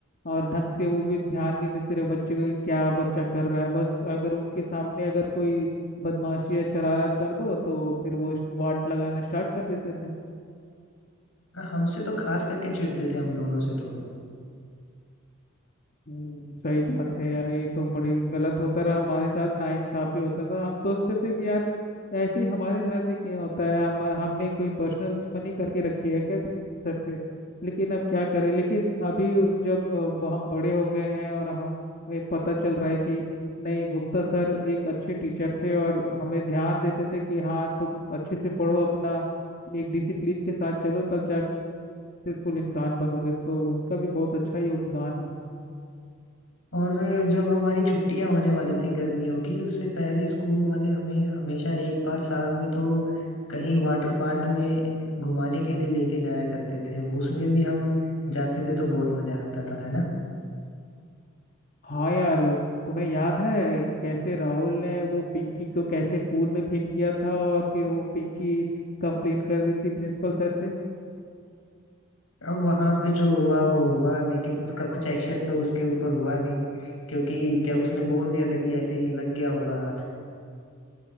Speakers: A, on the left; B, on the left.
A: और ढंग से वो भी ध्यान नहीं देते रहे बच्चे का कि क्या बच्चा कर रहा है बस अगर उनके सामने अगर कोई बदमाशी या शरारत कर दो तो फिर वो इस- वाट लगाना स्टार्ट कर देते थे
B: हमसे तो खास करके चिढ़ते थे हम दोनों से तो वो
A: हम्म, सही बात है यार ये तो बड़ी गलत होता रहा हमारे साथ नाइंसाफी होता था हम सोचते थे कि यार ऐसे ही हमारे साथ ही क्यों होता है हम हमने कोई पर्सनल दुश्मनी करके रखी है क्या सर से लेकिन अब क्या करें लेकिन अभी जब अ, हम बड़े हो गए हैं और हमें पता चल रहा है कि नहीं गुप्ता सर एक अच्छे टीचर थे और हमें ध्यान देते थे कि हाँ तुम अच्छे से पढ़ो अपना एक डिसिप्लिन के साथ चलो तब जाके सक्सेसफुल इंसान बनोगे तो उनका भी बहुत अच्छा योगदान है
B: और जब हमारी छुट्टियां होने वाली थी गर्मियों की उससे पहले स्कूल वाले हमें हमेशा एक बार साल में तो कहीं वाटर पार्क में घुमाने के लिए लेके जाया करते थे उसमें भी हम जाते थे तो बहुत मजा आता था है ना
A: हाँ यार तुम्हें याद है कैसे राहुल ने वो पिंकी को कैसे पूल में फेंक दिया था और फिर वो पिंकी कंप्लेन कर दी थी प्रिंसिपल सर से
B: अब वहां पे जो हुआ वो हुआ लेकिन उसका कुछ एक्शन तो उसके ऊपर हुआ नहीं क्योंकि क्या उसने बोल दिया था कि ऐसे ही लग गया होगा हाथ